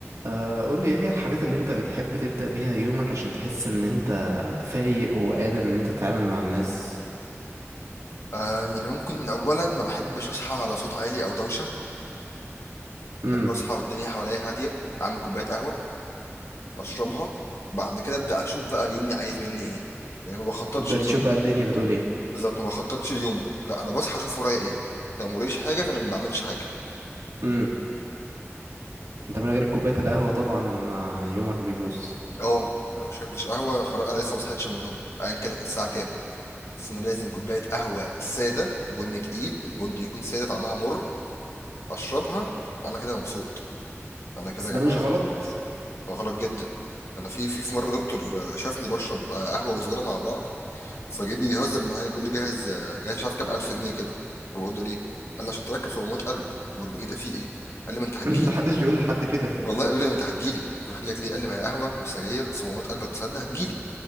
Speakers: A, on the right (about 80°); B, on the left (about 65°).
A: آه، قول لي ايه هي الحاجات اللي انت بتحب تبدأ بيها يومك عشان تحس ان انت فايق وقادر ان انت تتعامل مع الناس
B: آه يعني ممكن اولا ما بحبش اصحى على صوت عالي او دوشه
A: امم
B: بحب اصحى والدنيا حواليا هاديه اعمل كوبايه قهوه اشربها بعد كده ابدا اشوف بقى يومي عايز مني ايه يعني ما بخططش
A: تبدأ
B: ليومي
A: تشوف بقى الدنيا بتقول ايه
B: بالظبط ما بخططش ليومي لا انا بصحى اشوف ورايا ايه لو موريش حاجه فانا ما بعملش حاجه
A: امم انت من غير كوباية القهوة طبعا ما يومك بيبوظ
B: اه انا ما شربتش قهوه خلاص انا لسه ما صحيتش من النوم ايا كان احنا الساعه كام بس انا لازم كوبايه قهوه ساده بن تقيل البن يكون ساده طعمها مر اشربها انا كده مبسوط انا كده
A: بس
B: يا
A: ده
B: جماعه
A: مش غلط
B: غلط جدا انا في في في مره دكتور آه، شافني بشرب آه، قهوه وسجاره مع بعض فجه بيهزر معايا بيقول لي جاهز آه، جاهز مش عارف كام الف جنيه كده فبقول له ليه قال لي عشان تركب صمامات قلب بقول له ايه ده في ايه قال لي ما انت
A: <laughs>
B: هتجيلي
A: محدش بيقول لحد كده
B: والله قال لي ما انت هتجيلي قلت له هجيلك ليه قال لي ما هي قهوه والسجاير صمامات قلب هتصدق هتجيلي